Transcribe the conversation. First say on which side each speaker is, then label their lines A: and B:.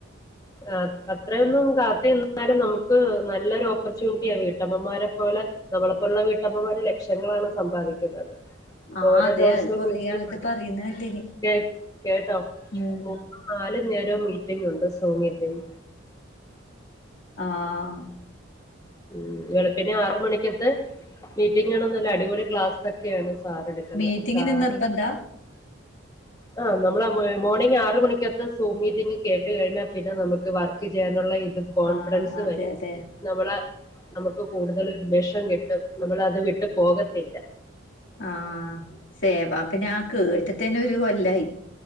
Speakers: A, on the left; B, on the left.
A: ആ അത്രയൊന്നും കാത്ത നിന്നാലും നമുക്ക് നല്ലൊരു ഓപ്പർച്യൂണിറ്റിയ ആ വീട്ടമ്മമാരെ പോലെ നമ്മളപ്പ ഉള്ള വീട്ടമ്മമാരെടെ ലക്ഷ്യങ്ങളാണ് സമ്പാദിക്കുന്നത്
B: ആഹ്
A: ഓരോ
B: അതെ
A: ദിവസവും
B: അത് കൊറേ
A: ഇ
B: ആൾത് പറയുന്ന കേട്ടിനി
A: കേട്ടോ
B: ഉം
A: മൂന്ന നാലും നേരവും മീറ്റിംഗ് ഉണ്ട് സൂ മീറ്റിങ്
B: ആഹ്
A: ഉ എളുപ്പന്നെ ആറ് മണിക്കത്ത മീറ്റിംഗ് ആണന്നല്ല അടിപൊളി ക്ലാസ്ക്കെ ഒക്കെയാണ് സാർ എടുക്കുന്നത്
B: മീറ്റിങ്ങിന്
A: സാ
B: <inaudible>
A: ആ നമ്മെൾ മോർണിംഗ ആറ് മണിക്കെത്ത സൂമീറ്റിങ്ങ് കേട്ട കഴിഞ്ഞാ പിന്നെ നമുക്ക് വർ ക്ക് ചെയ്യാനുള്ള ഇത് കോൺഫിഡൻസ്
B: ആഹ് അതെ
A: വരും
B: അതെ
A: നമ്മളെ നമുക്ക് കൂടുതൽ ഉന്മേഷം കിട്ടും നമ്മൾ അത് വിട്ട് പോകത്തില്ല
B: ആഹ സേവാപ്പ് നാ കേട്ട് തന്നെ ഒരു കൊല്ലായി